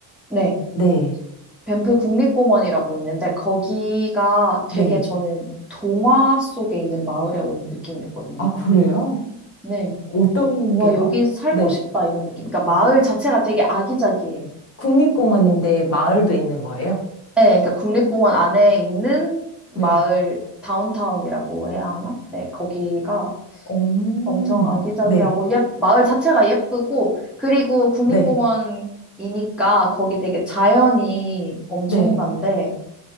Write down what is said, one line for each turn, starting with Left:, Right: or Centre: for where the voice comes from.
Centre: 네.
Left: 네.
Centre: 밴프 국립공원이라고 있는데 거기가 되게
Left: 네.
Centre: 저는 동화 속에 있는 마을에 온 느낌이었거든요.
Left: 아, 그래요?
Centre: 네.
Left: 어떤
Centre: 와,
Left: 게요?
Centre: 여기 살고
Left: 네.
Centre: 싶다 이런 느낌. 그러니까 마을 자체가 되게 아기자기해요.
Left: 국립공원인데 마을도 있는 거예요?
Centre: 네, 그러니까 국립공원 안에 있는
Left: 네.
Centre: 마을 다운타운이라고 해야 하나? 네, 거기가
Left: 오,
Centre: 엄청 아기자기하고
Left: 네.
Centre: 예, 마을 자체가 예쁘고 그리고 국립공원이니까
Left: 네.
Centre: 거기 되게 자연이 엄청난데
Left: 네.